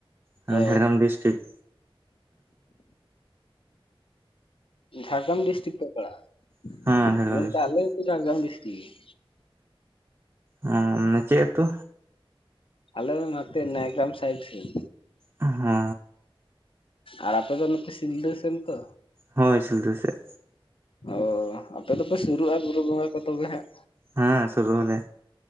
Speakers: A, on the right; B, on the left.
A: ᱡᱷᱟᱲᱜᱨᱟᱢ
B: ᱚᱻ
A: ᱰᱤᱥᱴᱤᱠ
B: ᱡᱷᱟᱲᱜᱨᱟᱢ ᱰᱤᱥᱴᱤᱠ ᱯᱮ ᱯᱚᱲᱟᱻᱟ
A: ᱦᱮᱸ ᱡᱷᱟᱲᱜᱨᱟᱢ
B: ᱜᱚᱝᱠᱮ
A: ᱰᱤᱥᱴᱤᱠ
B: ᱟᱞᱮ ᱦᱚᱛᱚ ᱡᱷᱟᱲᱜᱟᱢ ᱰᱤᱥᱴᱤᱠᱴ
A: ᱚ ᱚᱱᱮ ᱪᱮᱫ ᱟᱹᱛᱩ,
B: ᱟᱮᱞ ᱫᱚ ᱱᱟᱛᱮ ᱱᱟᱭ ᱜᱟᱢ ᱥᱟᱭᱤᱰ ᱥᱮᱫ
A: ᱦᱮᱸ
B: ᱟᱨ ᱟᱯᱮ ᱫᱚ ᱱᱚᱛᱮ ᱥᱤᱞᱫᱟᱹ ᱥᱮᱱ ᱛᱚ
A: ᱦᱳᱭ ᱥᱤᱞᱫᱟᱹ ᱥᱮᱫ
B: ᱚᱻ ᱟᱯᱮ ᱫᱚᱯᱮ ᱥᱩᱨᱩᱜᱼᱟ ᱵᱩᱨᱩ ᱵᱚᱸᱜᱟ ᱠᱚ ᱛᱚᱵᱮ ᱦᱟᱸᱜ,
A: ᱦᱮᱸ ᱥᱩᱨᱩ ᱟᱞᱮ,